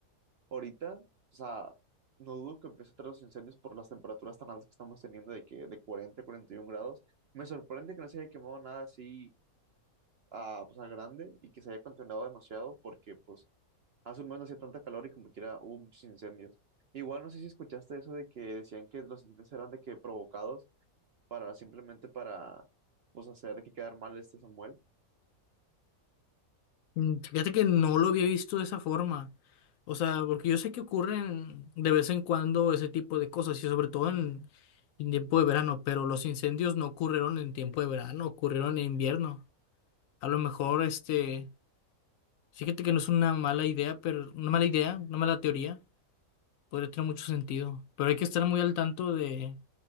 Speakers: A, on the right; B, on the left.
A: ahorita, o sea, no dudo que empiece a traer los incendios por las temperaturas tan altas que estamos teniendo de que de 40 a 41 grados. Me sorprende que no se haya quemado nada así a, pues, a grande y que se haya contaminado demasiado porque pues Hace un mes no hacía tanta calor y como quiera hubo muchos incendios. Igual no sé si escuchaste eso de que decían que los incendios eran de que provocados para simplemente para pues hacer de que quedar mal este Samuel.
B: Mm, Fíjate que no lo había visto de esa forma. O sea, porque yo sé que ocurren de vez en cuando ese tipo de cosas y sobre todo en, en tiempo de verano, pero los incendios no ocurrieron en tiempo de verano, ocurrieron en invierno. A lo mejor este Sí, Fíjate que no es una mala idea, pero una mala idea, una mala teoría, podría tener mucho sentido. Pero hay que estar muy al tanto de